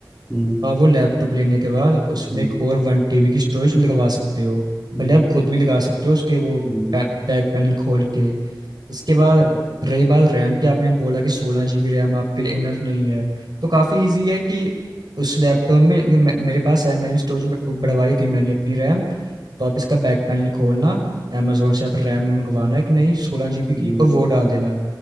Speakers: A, in the centre; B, on the right.
A: हम्म,
B: आप वो लैपटॉप लेने के बाद उसमें
A: हम्म,
B: एक और वन टीबी की स्टोरेज लगवा सकते हो भले
A: हम्म,
B: आप खुद भी लगा सकते हो उसके वो
A: हम्म,
B: बैक पैनल खोल के इसके बाद
A: हम्म, हम्म,
B: रही बात रैम की आपने बोला कि सोलह जीबी रैम आपके लिए इनफ नहीं है तो काफ़ी इजी है कि उस लैपटॉप में क्योंकि मे- मेरे पास है मैंने स्टोरेज बढ़वाई थी मैंने अपनी रैम तो आप इसका बैक पैनल खोलना अमेजोन से आप रैम मंगवाना एक नई सोलह जीबी
A: हम्म,
B: की और वो डाल देना